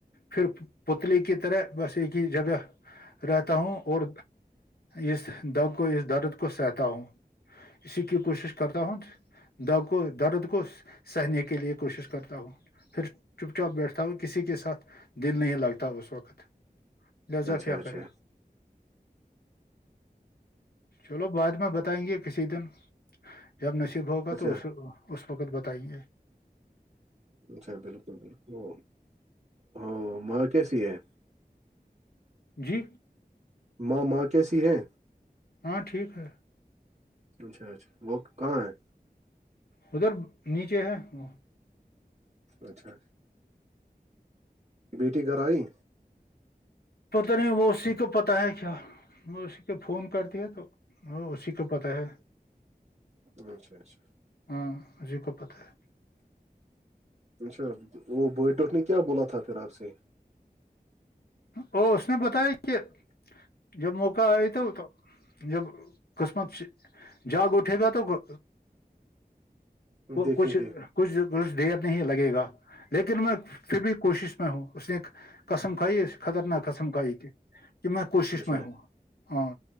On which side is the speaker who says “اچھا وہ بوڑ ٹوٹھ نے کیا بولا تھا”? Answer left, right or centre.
Right